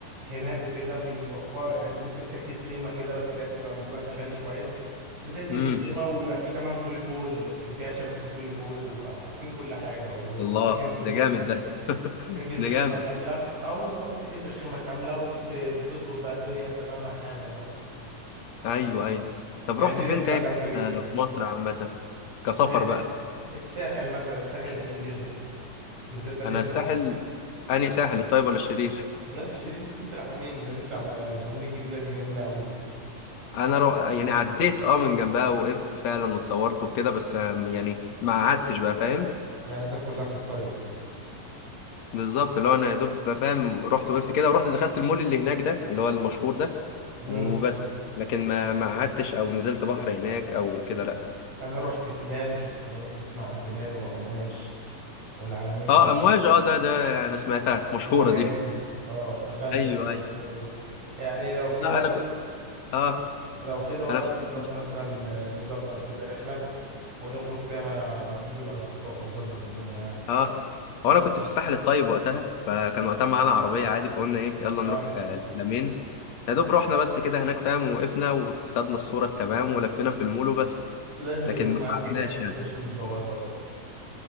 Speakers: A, on the right; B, on the left.
A: هناك وكده بيوفر يعني ممكن تحجز خيمه كده بس هي بتبقى مبلغها غالي شويه بتحجز
B: امم
A: الخيمة وبيبقى فيه كمان فولي بول بيبقى فيها شبكة فولي بول وحاطين كل حاجة ود- وبلياردو
B: الله ده جامد ده <laughs>
A: بتحجز
B: ده
A: الخيمة
B: جامد
A: كاملة اه والله بتحجز الخيمة كاملة وبتظبط بقى الدنيا انت بقى مع حالك بقى
B: ايوه ايوه طب
A: يعني
B: رحت
A: دي
B: فين
A: رحلة
B: تاني
A: جامدة جدا
B: آه، في مصر عامه كسفر
A: دي رحلة
B: بقى
A: الساحل مثلا الساحل جميل جدا بالذات مدينة
B: انا
A: العلمين
B: الساحل اني ساحل الطيب ولا الشرير
A: لا الشيرين مدينة العلمين مدينة العم- العلمين الجديدة دي جميلة أوي
B: <laughs> انا رو... يعني عديت اه من جنبها وقفت فعلا واتصورت وكده بس آم، يعني ما قعدتش بقى فاهم
A: يعني ده كلها في الطيب
B: بالظبط اللي هو انا يا دوب بقى فاهم رحت وقفت كده ورحت دخلت المول اللي هناك ده اللي هو المشهور ده
A: امم
B: وبس لكن ما ما قعدتش او نزلت بحر هناك او كده لا
A: أنا رحت تلال لو أنت تسمع عن تلال وأمواج والعلمين
B: اه امواج اه ده ده انا سمعتها مشهورة
A: ومراسي
B: دي <laughs>
A: اه دخلت
B: ايوه
A: مراسي
B: ايوه
A: برضو يعني لو كده
B: لا انا
A: بقى
B: كنت اه
A: لو كده بقى
B: انا
A: نظبط
B: كنت
A: مثلا آه، نظبط كده رحلة ونخرج فيها ونجيب الأصدقاء ونظبط الدنيا يعني
B: اه هو انا كنت في الساحل الطيب وقتها فكان وقتها معانا عربيه عادي فقلنا ايه يلا
A: اه
B: نروح آه، العلمين يا دوب رحنا بس كده هناك فاهم وقفنا وخدنا الصوره التمام ولفينا في المول وبس
A: لازم
B: لكن
A: يكون
B: ما
A: معاك
B: قعدناش
A: تيكت عشان
B: يعني
A: تخش من البوابة أصلا